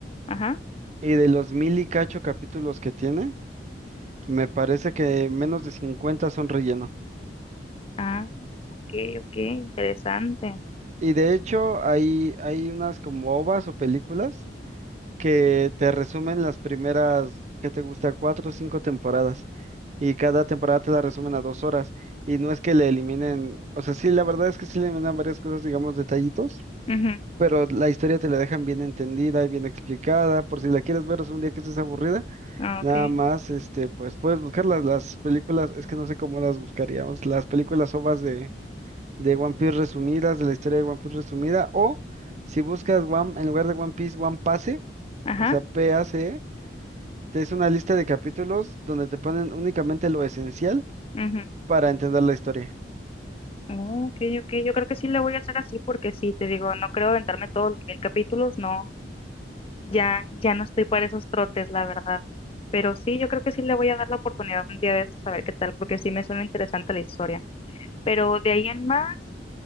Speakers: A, on the left; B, on the right.
A: Ajá,
B: y de los mil y cacho capítulos que tiene, me parece que menos de 50 son relleno.
A: ah, ok, ok, interesante.
B: Y de hecho, hay, hay unas como ovas o películas que te resumen las primeras, ¿qué te gusta? Cuatro o cinco temporadas. Y cada temporada te la resumen a dos horas. Y no es que le eliminen, o sea, sí, la verdad es que sí le eliminan varias cosas, digamos, detallitos,
A: Ajá,
B: pero la historia te la dejan bien entendida y bien explicada. Por si la quieres ver, es un día que estés aburrida,
A: ok,
B: nada más, este, pues puedes buscarlas, las películas, es que no sé cómo las buscaríamos, las películas OVAs de, de One Piece resumidas, de la historia de One Piece resumida, o si buscas One, en lugar de One Piece, One Pase,
A: ajá,
B: o sea, P A PACE que es una lista de capítulos donde te ponen únicamente lo esencial
A: ujú.
B: para entender la historia.
A: Oh, ok, ok, yo creo que sí le voy a hacer así porque sí, te digo, no creo aventarme todos los mil capítulos, no, ya, ya no estoy para esos trotes, la verdad. Pero sí, yo creo que sí le voy a dar la oportunidad un día de estos a ver qué tal, porque sí me suena interesante la historia. Pero de ahí en más,